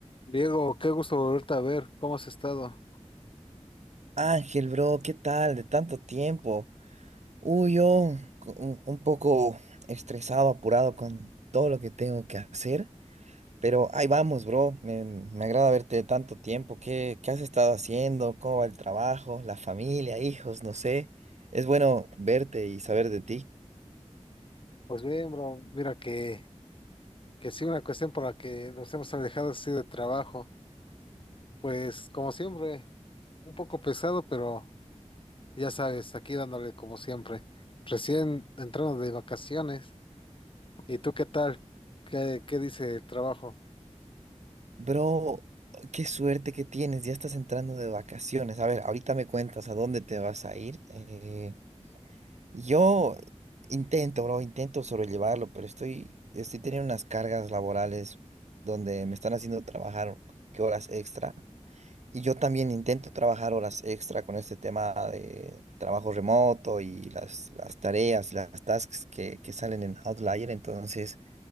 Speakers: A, on the left; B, on the right.
A: Diego, qué gusto volverte a ver, ¿cómo has estado?
B: Ángel, bro, ¿qué tal? De tanto tiempo. Uy, yo co- un, un poco estresado, apurado con todo lo que tengo que hacer, pero ahí vamos, bro. Me, me agrada verte de tanto tiempo. ¿Qué, qué has estado haciendo? ¿Cómo va el trabajo? ¿La familia? ¿Hijos? No sé. Es bueno verte y saber de ti.
A: Pues bien, bro, mira que, que sí, una cuestión por la que nos hemos alejado así de trabajo, pues como siempre, un poco pesado, pero ya sabes, aquí dándole como siempre, recién entrando de vacaciones, ¿y tú qué tal? ¿Qué, qué dice el trabajo?
B: Bro, qué suerte que tienes. Ya estás entrando de vacaciones. A ver, ahorita me cuentas a dónde te vas a ir. eh, Yo intento, bro, intento sobrellevarlo, pero estoy, estoy teniendo unas cargas laborales donde me están haciendo trabajar que horas extra. Y yo también intento trabajar horas extra con este tema de trabajo remoto y las, las tareas, las tasks que, que salen en Outlier. Entonces,